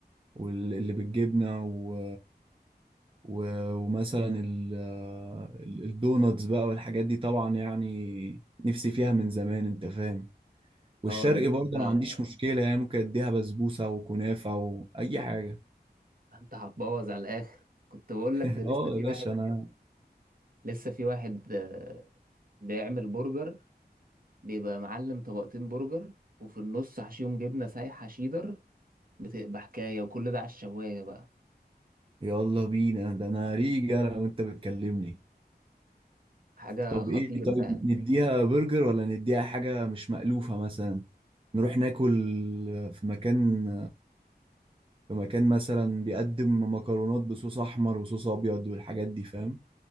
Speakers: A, on the right; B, on the right.
A: واللي بالجبنه و... و... ومثلا ال... ال- الدوناتس بقى والحاجات دي طبعا يعني نفسي فيها من زمان انت فاهم والشرقي
B: اه ده لسه
A: برضه انا ما عنديش مشكله يعني ممكن اديها بسبوسه وكنافه واي حاجه
B: انت هتبوظ على الاخر كنت بقول
A: <laughs>
B: لك ده لسه
A: اه
B: في
A: يا باشا
B: واحد
A: انا
B: لسه في واحد آه، بيعمل برجر بيبقى معلم طبقتين برجر وفي النص حشيهم جبنة سايحة شيدر بتبقى حكاية وكل ده على الشواية بقى
A: يلا بينا ده انا ريجا وانت بتكلمني
B: حاجة
A: طب
B: خطيرة
A: ايه طيب
B: يعني
A: نديها برجر ولا نديها حاجة مش مألوفة مثلا نروح ناكل في مكان في مكان مثلا بيقدم مكرونات بصوص احمر وصوص ابيض والحاجات دي فاهم